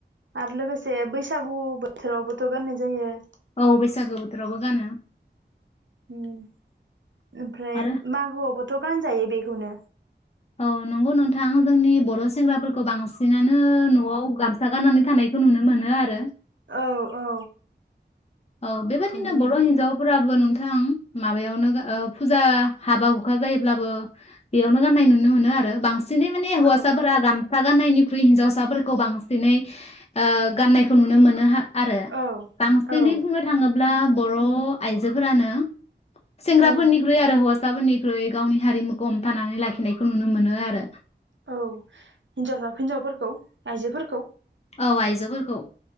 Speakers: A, on the right; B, on the left.
A: आरो लोगोसे बैसागु बोथोरावबोथ' गाननाय जायो।
B: औ बैसागो बोथोरावबो गानो।
A: उम ओमफ्राय
B: आरो
A: मागोआवबो थ' गान जायो बेखौनो।
B: औ नंगौ नोंथां जोंनि बर' सेंग्राफोरखौ बांसिनानो न'आव गामसा गारनानै थानायखौ नुनो मोनो आरो।
A: औ औ।
B: औ बेबायदिनो
A: नुनो मोनो
B: बर' हिन्जावफोराबो नों थां माबायावनो ओ फुजा हाबा हु खा जायोब्लाबो बेयावनो गाननाय नु नुनो मोनो आरो बांसि सिनै माने हौवासाफोरा
A: औ
B: गाम सा गाननायनिख्रुय हिन्जावसाफोरखौ बांसिनै ओ गाननायखौ नुनो मोनो हा आरो
A: औ
B: दिनै
A: औ
B: बुंनो थाङो ब्ला बर' आइजोफोरानो सेंग्राफोरनिख्रुय
A: औ
B: आरो हौवा साफोरनिख्रुय गावनि हारिमुखौ हमथानानै लाखिनायखौ नुनो मोनो आरो।
A: औ हिन्जावसा हिनजावफोरखौ आइजोफोरखौ।
B: औ
A: उम
B: आइजोफोरखौ